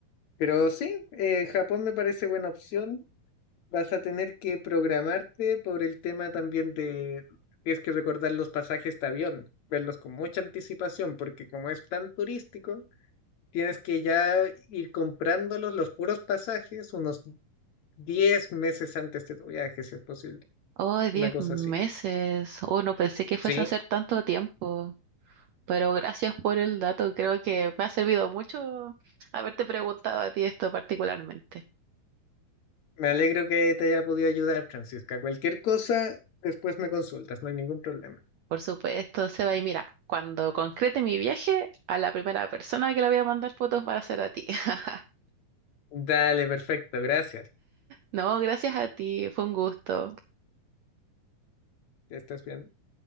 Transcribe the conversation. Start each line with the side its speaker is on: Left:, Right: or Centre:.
Left: Pero sí, eh, Japón me parece buena opción. Vas a tener que programarte por el tema también de, tienes que recordar los pasajes de avión, verlos con mucha anticipación, porque como es tan turístico, tienes que ya ir comprándolos los puros pasajes unos 10 meses antes de tu viaje, si es posible.
Right: Oh, 10
Left: Una cosa
Right: meses.
Left: así.
Right: Oh, no pensé que fuese
Left: Sí,
Right: a hacer tanto tiempo. Pero gracias por el dato, creo que me ha servido mucho haberte preguntado a ti esto particularmente.
Left: Me alegro que te haya podido ayudar, Francisca. Cualquier cosa, después me consultas, no hay ningún problema.
Right: Por supuesto, Seba, y mira, cuando concrete mi viaje, a la primera persona que le voy a mandar fotos va a ser a ti. <laughs>
Left: Dale, perfecto, gracias.
Right: No, gracias a ti, fue un gusto.
Left: Ya estás bien.